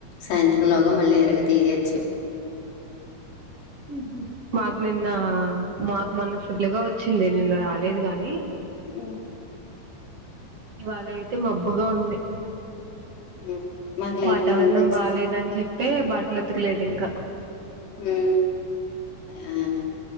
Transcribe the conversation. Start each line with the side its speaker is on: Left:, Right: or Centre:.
Left: సాయంత్రం లోగ మళ్ళీ ఇరగ తీయొచ్చు.
Right: ఉహు మాకు నిన్నా, మాకు మొన్న ఫుల్గా వచ్చింది, నిన్న రాలేదు గాని.
Left: మ్
Right: ఇవాళయితే మబ్బుగా ఉంది.
Left: ఉమ్, మాకు లైట్
Right: వాతావరణం
Left: గా ఎండ వచ్చి
Right: బాలేదని చెప్పే బట్లు ఉతకలేదు ఇంక.
Left: ఉమ్ ఆ